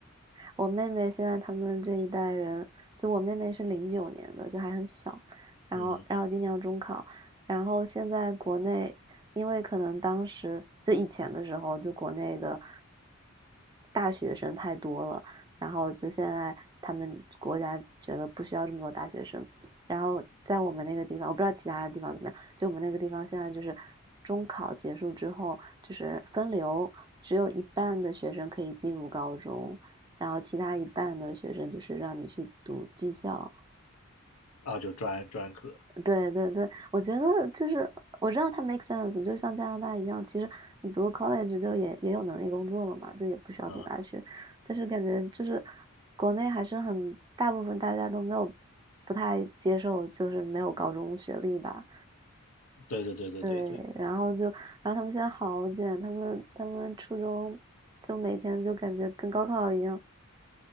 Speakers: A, on the right; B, on the left.
A: 我妹妹现在他们这一代人，就我妹妹是零九年的，就还很小，然后然后今年要中考，
B: 嗯
A: 然后现在国内，因为可能当时就以前的时候，就国内的大学生太多了，然后就现在他们国家觉得不需要这么多大学生，然后在我们那个地方，我不知道其他的地方怎么样，就我们那个地方现在就是中考结束之后就是分流，只有一半的学生可以进入高中。然后其他一半的学生就是让你去读技校。
B: 啊，就专专科，
A: 对对对，我觉得就是我知道它 make sense，就像加拿大一样，其实你读 college 就也也有能力工作了嘛，就也不需要读大学。
B: 啊，
A: 但是感觉就是国内还是很大部分大家都没有不太接受，就是没有高中学历吧。
B: 对对对对对对，
A: 对，然后就，然后他们现在好卷，他们他们初中就每天就感觉跟高考一样。